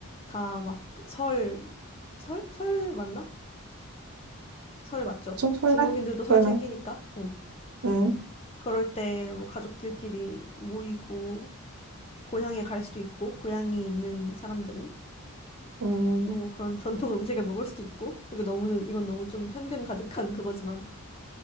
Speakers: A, on the left; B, on the right.
A: 다막 그 설, 설? 설 맞나? 설 맞죠?
B: 좀 설날?
A: 중국인들도 설
B: 설날?
A: 챙기니까. 응.
B: 음,
A: 그럴 때 뭐 가족들끼리 모이고 고향에 갈 수도 있고 고향이 있는 사람들은
B: 음.
A: 뭐 그런 전통 음식을 먹을 수도 있고 그리고 너무는 이건 너무 좀 편견 가득한 그거지만